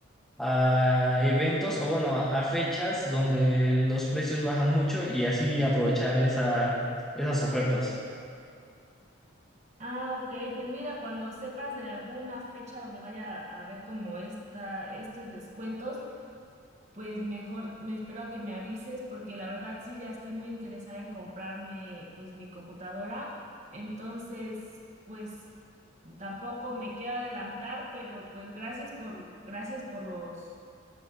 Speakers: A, in the centre; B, on the right.
A: a eventos o bueno, a, a fechas donde los precios bajan mucho y así aprovechar esa, esas ofertas.
B: Ah, ok. Pues mira, cuando sepas de alguna fecha donde vaya a haber como esta, estos descuentos, pues mejor me espero a que me avises, porque la verdad sí ya estoy muy interesada en comprarme pues mi computadora. Entonces, pues tampoco me quiero adelantar, pero pues gracias por, gracias por los